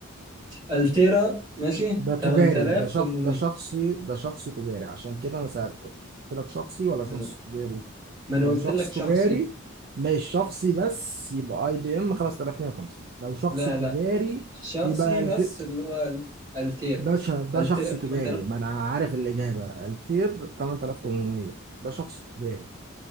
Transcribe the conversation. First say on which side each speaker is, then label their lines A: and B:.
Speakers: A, on the right; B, on the right.
A: التيرا ماشي
B: ده تجاري
A: 8800
B: ده شخص ده شخصي ده شخص تجاري عشان كده انا سألتك قلت لك شخصي ولا شخص
A: من ما انا
B: تجاري
A: ما أنا
B: لو
A: قلت
B: شخص
A: لك
B: تجاري
A: شخصي
B: ماشي شخصي بس يبقى اي بي ام 5150 لو شخص
A: لا
B: تجاري
A: لا شخصي
B: يبقى الت...
A: بس اللي هو التيرا
B: ده ش... ده
A: التيرا
B: شخص تجاري
A: 8000
B: ما انا عارف الاجابه التير 8800 ده شخص تجاري